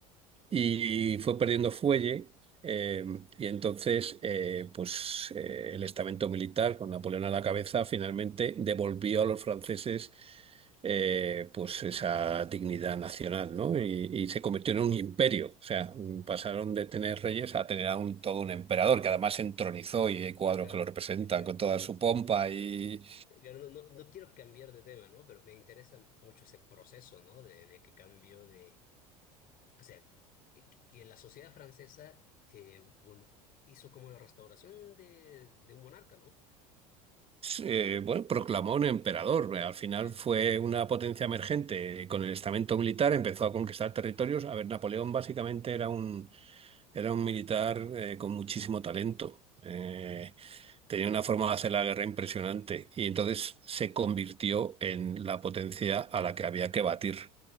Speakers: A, on the right; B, on the left.
A: y fue perdiendo fuelle. eh, y entonces, eh, pues eh, el estamento militar, con Napoleón a la cabeza, finalmente devolvió a los franceses eh, pues esa dignidad nacional, ¿no? Y, y se convirtió en un imperio. O sea, mm, pasaron de tener reyes a tener a un, todo un emperador, que además se entronizó y hay cuadros
B: claro,
A: que lo representan
B: pe- pero-
A: con toda su pompa y
B: claro, no, no, no quiero cambiar de tema, ¿no? Pero me interesa mucho ese proceso, ¿no? De, de que cambió de, o sea, que, que- que la sociedad francesa eh, vol- hizo como la restauración de, de un monarca, ¿no?
A: eh, bueno, proclamó un emperador. Eh, Al final
B: Sí,
A: fue una potencia emergente. Con el estamento militar empezó a conquistar territorios. A ver, Napoleón básicamente era un, era un militar eh, con muchísimo talento. Eh, tenía una forma de hacer la guerra impresionante y entonces se convirtió en la potencia a la que había que batir.